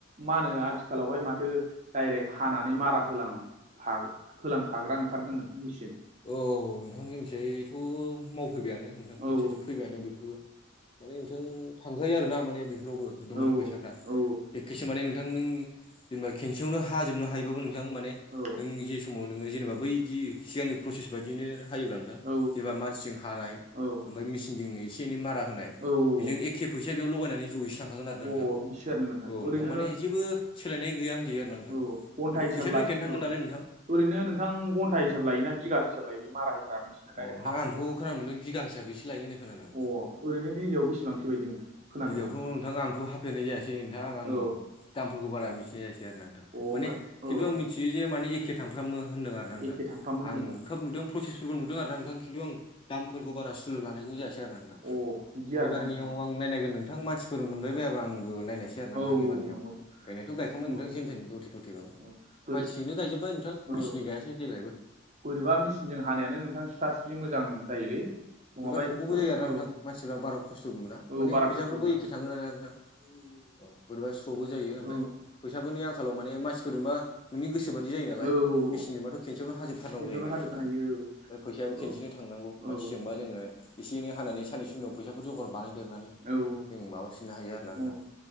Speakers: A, on the right; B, on the left.
A: मा होनो आथिखालावहाय माथो दडाइरेक्ट हानानै मारा होलां हाल होलांखाग्रा ओंखारदोंनो मेसिन
B: औ नोंथां जोंनिथिंजायथ' मावफैबायानो नोंथां
A: औ
B: जोंनिथिंजाथ' फैबायानो बेफोरबो माने नोंथां थांखायो आरो ना माने बेफोरावबो एखदमबारे
A: औ
B: फैसाफ्रा
A: औ
B: एखेस माने नोंथां नों जेनेबा खेनसेयावनो हाजोबनो हायोबाबो नोंथां माने
A: औ
B: नों जे समाव नोङो जेनेबा बैदि सिगांनि प्रसेस बायदिनो हायोब्ला नोंथां
A: औ
B: जेनेबा मानसिजों हानाय
A: औ
B: ओमफ्राय मेसिनजों एसे एनै मारा होनाय
A: औ औ
B: बेजों एखे फैसाया बेयाव लगायनानै जहैसो थां थाखांगोन आरो ना
A: अ
B: नोंथां
A: बिदिसो आरोना
B: औ नोंथां
A: ओरैनो
B: माने जेबो सोलायनाय गैया होनजायो आरो ना नोंथां।
A: औ घन्टा
B: माने
A: हिसाब
B: फैसाथ
A: लाय
B: एखेयानो थांगोन
A: औ
B: नालाय नोंथां।
A: ओरैनो नोंथां घन्ता हिसाब लायो ना बिघा हिसाब लायो बे मारा होग्रा डाइरेक्ट
B: अ नोंथां
A: हानानै
B: आंथ'
A: होलां
B: खोन मोनादोंदों बिगा हिसाबैसेो लायो होननाय खोनादां।
A: अ ओरैनो बिघायाव बेसेबां बादि नोंथां। खोनानायावहाय
B: बिगायावथ' नोंथां आंथ' हाफेरनाय जायासै नोंथां आं
A: औ
B: दामफोरखौ बारा मिथिनाय जायासै आरो नोंथां।
A: अ ओमफ्राय
B: माने
A: औ
B: खिन्थु आं मिथियो जे माने एखे थामफ्रामो होनदों आरो। आरोा नोंथां
A: एखे थांफ्रामो होनदों
B: आं
A: आरो
B: खोब नुदों पसिसफोरखौ नुदों आरो नोंथां खिन्थु आं दामफोरखौ बारा सुलु लानायखौ जायासै आरो नोंथां।
A: अ बिदि आरोना
B: एबारनियाव
A: नोंथां।
B: आं नायनायगोन नोंथां मानसिफोर मोनबाय बायाबा आंबो नायनोसै
A: औ
B: आरो नोंथां
A: औ
B: एबारनियाव
A: नंगौ
B: गायनायथ' गखांबाय
A: नंगौ
B: नोंथां
A: औ
B: जेन थेन बाबो
A: औ बोरै
B: मानसिजोंनो गायजोब्बाय नोंथां
A: औ
B: मिचिननि गायासै देग्लायबो
A: बोरैबा मेसिनजों हानायानो नोंथां स्राास्रि मोजां जायोलै। नङाबा
B: बोरैबा थख'बो
A: एकदम
B: जायो आरो नोंथां
A: औ
B: मानसिफ्रा बारा खस्थ'बो मोना
A: औ
B: माने
A: बारा
B: फैसाफोरबो
A: खस्थ' मोना
B: एखे थाङो नालाय नोंथां। औ बोरैबा स्र'बो जायो ओमफ्राय
A: औ
B: फैसाफोरनि आं खालाव माने मानसिफोरबा नोंनि गोसो बादि जायो नालाय
A: औ
B: मेसिनजोंबाथ'
A: औ
B: खेनसेयावनो हाजोबथारनांगौ
A: खेनसेयावनो
B: जायो नालाय
A: हाजोबनो
B: नोंथां।
A: हायो
B: फैसाबो
A: औ
B: खनसेनो थांनांगौ
A: औ
B: मानसिजोंबा जोङो एसे एनै हानानै साननसुनियाव फैसाफोर जगर बानायदेरनानै
A: औ
B: जों माबाफिननो हायो आरो ना नोंथां
A: औ